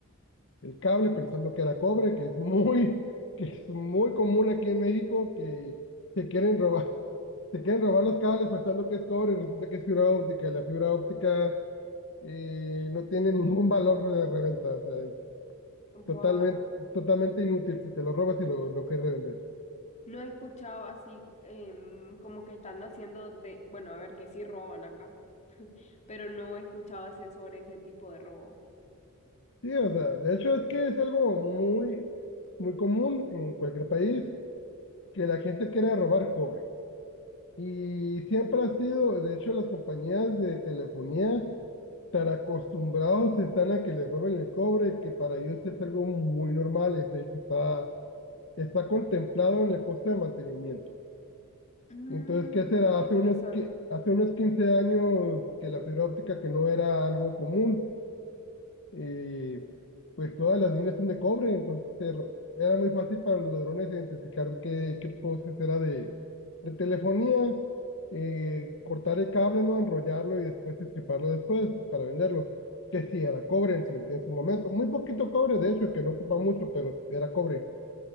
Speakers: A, on the left; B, on the left.
A: el cable pensando que era cobre, que es muy, <laughs> que es muy común aquí en México que se quieren robar, <laughs> se quieren robar los cables pensando que es cobre y resulta que es fibra óptica. y La fibra óptica eh, no tiene ningún valor de reventa, o sea, es
B: Gua-
A: totalmente, totalmente inútil si te lo robas y lo, lo quieres revender.
B: No he escuchado así em, como que están haciendo de, bueno, a ver, que sí roban acá, <laughs> pero no he escuchado ese, sobre ese tipo de robo.
A: Sí, o sea, de hecho es que es algo muy, muy común en cualquier país que la gente quiera robar cobre. Y siempre ha sido, de hecho, las compañías de telefonía tan acostumbrados están a que les roben el cobre, que para ellos es algo muy normal, es- es- está, está contemplado en el costo de mantenimiento.
B: Mm,
A: y Entonces, ¿qué será?
B: qué
A: Hace
B: interesante.
A: unos, qui- hace unos 15 años que la fibra óptica que no era algo común, eh, pues todas las líneas son de cobre, entonces er- era muy fácil para los ladrones identificar qué, qué postes era de, de telefonía, eh, cortar el cable, ¿no? Enrollarlo y después estriparlo después para venderlo, que sí era cobre en su, en su momento, muy poquito cobre, de hecho, que no ocupa mucho, pero era cobre.